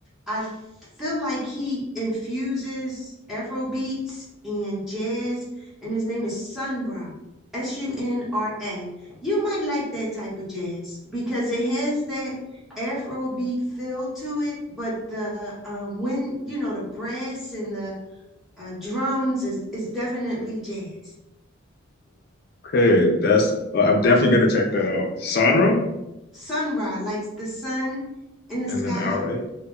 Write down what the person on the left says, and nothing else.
Okay, that's uh, I'm definitely gonna check that out. Sonra
and
then RA.